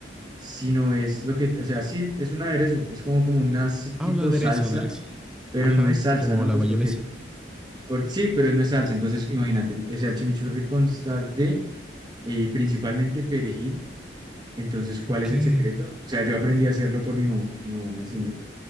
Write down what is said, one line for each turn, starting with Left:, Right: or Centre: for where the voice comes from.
Right: sino es lo que, o sea, sí, es un aderezo, es como, como una s-
Centre: Ah,
Right: tipo
Centre: un aderezo,
Right: salsa,
Centre: aderezo.
Right: pero
Centre: Ajá,
Right: no es salsa,
Centre: como
Right: ¿no?
Centre: la
Right: Pues
Centre: mayonesa.
Right: porque, porque sí, pero no es salsa, entonces imagínate, o sea, el chimichurri consta de eh, principalmente perejil, entonces, ¿cuál
Centre: Ok.
Right: es
Centre: Y
Right: el secreto? O sea, yo aprendí a hacerlo por mi mamá, mi mamá me enseñó,